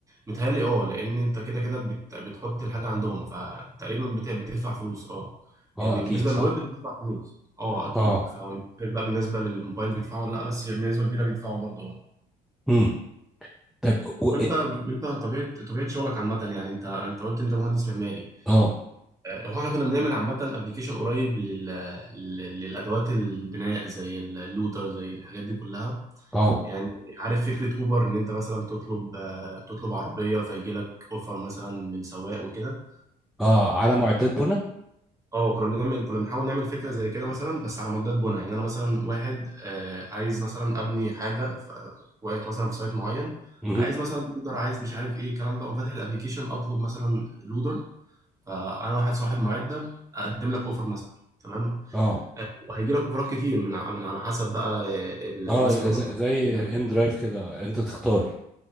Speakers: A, on the right (about 20°); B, in the centre.
A: متهيألي اه لان انت كده كده بت- بتحط الحاجه عندهم فتقريبا بت- بتدفع فلوس اه
B: اه
A: يعني
B: اكيد
A: بالنسبه
B: صح
A: للويب بتدفع فلوس اه اكيد
B: اه
A: فمش عارف بقى بالنسبه للموبايل بيدفعوا ولا لا بس بنسبه كبيره بيدفعوا برضه اه
B: امم طيب و...
A: وانت انت طبيعه طبيعه شغلك عامه يعني انت انت قلت انت مهندس معماري
B: اه
A: هو احنا كنا بنعمل عامة ابلكيشن قريب لل... لل- للأدوات البناء زي اللودر زي الحاجات دي كلها
B: اه
A: يعني عارف فكرة أوبر إن أنت مثلا تطلب آه، تطلب عربية فيجي لك أوفر مثلا من سواق وكده
B: اه آه، على معدات بنا
A: اه كنا بنعمل كنا بنحاول نعمل فكرة زي كده مثلا بس على مدات بناء يعني أنا مثلا واحد آه، عايز مثلا أبني حاجة ف- واقف مثلا في سايت معين
B: مهم.
A: عايز مثلا لودر عايز مش عارف إيه الكلام ده وأقوم فاتح الأبلكيشن أطلب مثلا لودر فأنا واحد صاحب معدة أقدم لك أوفر مثلا تمام
B: اه
A: وهيجي لك اوفرات كتير من ع- من على حسب بقى ال-
B: اه
A: الناس اللي
B: زي
A: هم
B: زي
A: المعد
B: ان درايف كده انت تختار